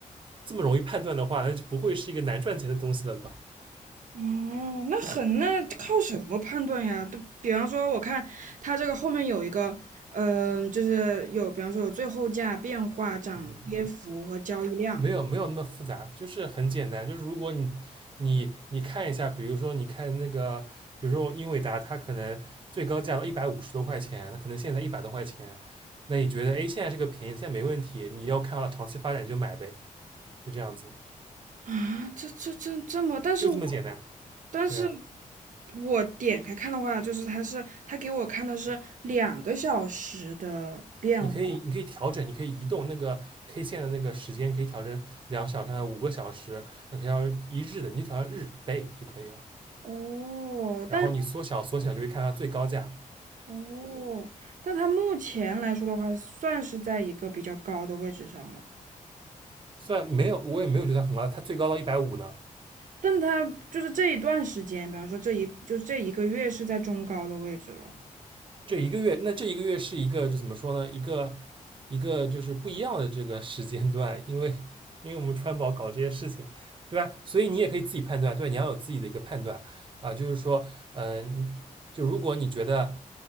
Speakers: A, on the right; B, on the right.
A: 这么容易判断的话，那就不会是一个难赚钱的东西了吧？
B: 哦，那很，那靠什么判断呀？都比方说，我看它这个后面有一个，嗯、就是有，比方说有最后价、变化、涨跌幅和交易量
A: 嗯，没有没有那么复杂，就是很简单。就是如果你你你看一下，比如说你看那个，比如说英伟达，它可能最高价到一百五十多块钱，那可能现在一百多块钱，那你觉得哎现在这个便宜，现在没问题，你要看到长期发展你就买呗，就这样子，
B: 啊，这这这这么，但是我
A: 就这么简单。
B: 但是
A: 对啊，
B: 我点开看的话，就是它是它给我看的是两个小时的变化
A: 你可以你可以调整，你可以移动那个 K 线的那个时间，可以调成两小时、五个小时，呃可以调一日的，你就调日 day 就可以了。
B: 哦，
A: 然后你缩小缩小就会看到最高价，
B: 但哦，但它目前来说的话，算是在一个比较高的位置上了。
A: 虽然没有我也没有觉得很高，它最高到一百五十呢。
B: 但它就是这一段时间，比方说这一就这一个月是在中高的位置了。
A: 这一个月，那这一个月是一个就怎么说呢？一个一个就是不一样的这个时间段，因为因为我们川宝搞这些事情，对吧？所以你也可以自己判断，对吧你要有自己的一个判断啊，就是说，呃，就如果你觉得